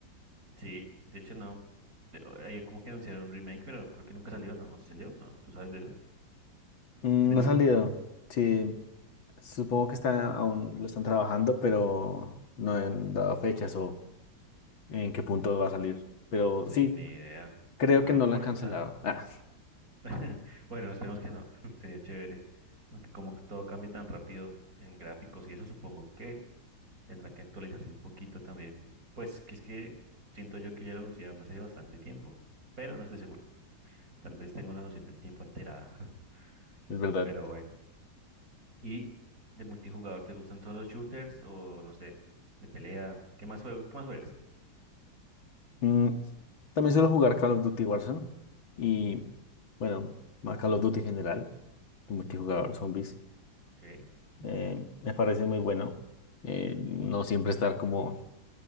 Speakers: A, on the right; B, on the left.
A: Sí, de hecho no. De- o- ahí como que anunciaron un remake, pero creo que nunca salió, ¿no? ¿O si salió? No, ¿tú sabes de eso?
B: Mm,
A: Del
B: No ha
A: uno
B: salido. Sí, supongo que está, aún lo están trabajando, pero no han dado fechas o en qué punto va a salir. Pero
A: Sí,
B: sí,
A: ni idea.
B: Creo
A: Ojalá
B: que no
A: no demoren
B: lo han cancelado.
A: tan.
B: Ah,
A: <laughs> Bueno, esperemos que no. <laughs> Sería chévere. Aunque como que todo cambia tan rápido en gráficos y eso, supongo que tendrá que actualizarse un poquito también. Pues que es que siento yo que ya lo anunciaron hace bastante tiempo, pero no estoy seguro. Tal vez tengo la noción del tiempo alterada. <laughs>
B: es verdad.
A: Pero bueno. Y de multijugador, ¿te gustan solo shooters o no sé, de pelea? ¿Qué más juegos? ¿Qué más juegas?
B: Mm, también suelo jugar Call of Duty Warzone y,
A: Ujú,
B: bueno, más Call of Duty en general, el multijugador zombies.
A: Ok.
B: Eh, me parece muy bueno eh, no siempre estar como